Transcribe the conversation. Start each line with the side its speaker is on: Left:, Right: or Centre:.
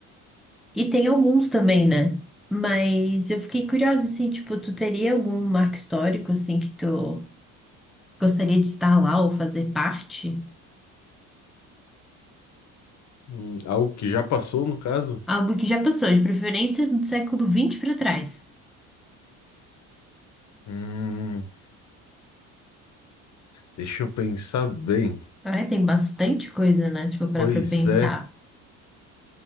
Centre: E tem alguns também, né? Mas eu fiquei curiosa, assim, tipo, tu teria algum marco histórico, assim, que tu gostaria de estar lá ou fazer parte?
Left: Hum, algo que já passou, no caso?
Centre: Algo que já passou, de preferência do século vinte para trás.
Left: Hum, deixa eu pensar bem.
Centre: Ah, é, tem bastante coisa, né? Se for
Left: Pois
Centre: parar pra pensar.
Left: é.